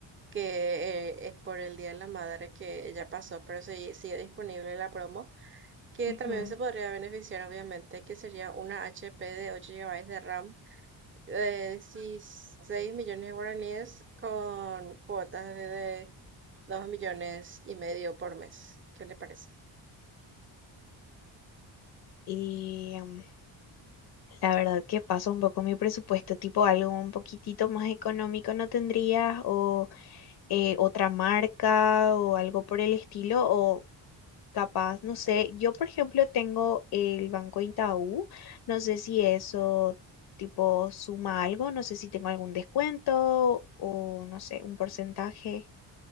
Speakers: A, on the right; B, on the left.
A: que eh, es por el Día de la Madre que ya pasó, pero sí- sigue disponible la promo, que
B: Ujú.
A: también se podría beneficiar, obviamente, que sería una HP de ocho gigabytes de RAM eh, sí, 6 millones de guaraníes con cuotas de 2 millones y medio por mes. ¿Qué le parece?
B: Y em, la verdad que pasa un poco mi presupuesto, tipo algo un poquitito más económico no tendrías, o eh, otra marca, o algo por el estilo, o capaz, no sé, yo por ejemplo tengo el Banco Itaú, no sé si eso tipo suma algo, no sé si tengo algún descuento o no sé, un porcentaje.